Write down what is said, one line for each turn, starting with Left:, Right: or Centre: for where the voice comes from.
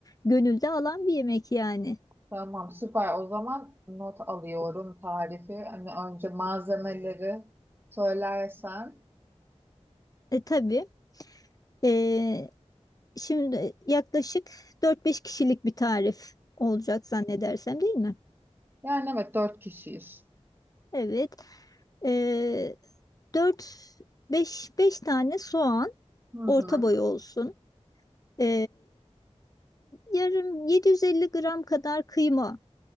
Left: Gönülde alan bir yemek yani.
Right: Tamam süper o zaman not alıyorum tarifi. Hani önce malzemeleri söylersen.
Left: E, tabii. E, şimdi yaklaşık dört beş kişilik bir tarif olacak zannedersem değil mi?
Right: Yani evet dört kişiyiz.
Left: Evet. E, 4 5 5 tane soğan
Right: Hı hı.
Left: orta boy olsun. E, yarım 750 gram kadar kıyma